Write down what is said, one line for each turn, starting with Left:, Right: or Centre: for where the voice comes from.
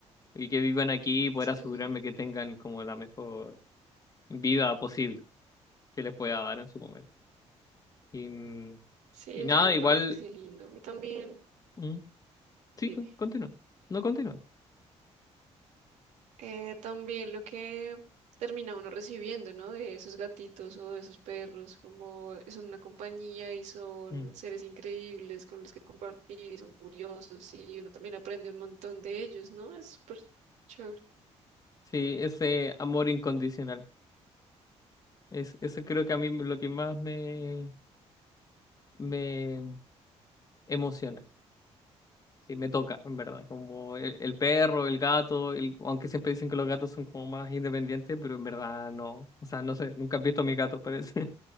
Left: y que vivan aquí y poder
Right: Sí,
Left: asegurarme que tengan como la mejor vida posible que les pueda dar en su momento. Y, mm,
Right: sí,
Left: y
Right: eso
Left: nada,
Right: me
Left: igual,
Right: parece lindo. Y también,
Left: mm, sí,
Right: dime,
Left: con- continúa, no continúa.
Right: eh, también lo que termina uno recibiendo, ¿no? De esos gatitos o de esos perros, como son una compañía y son
Left: Mm.
Right: seres increíbles con los que compartir y son curiosos y uno también aprende un montón de ellos, ¿no? Es súper chévere.
Left: Sí, ese amor incondicional. Es, eso creo que a mí me- lo que más me, me emociona. Sí, me toca, en verdad. Como el, el perro, el gato, el- aunque siempre dicen que los gatos son como más independientes, pero en verdad no. O sea, no sé, nunca he visto a mi gato, parece.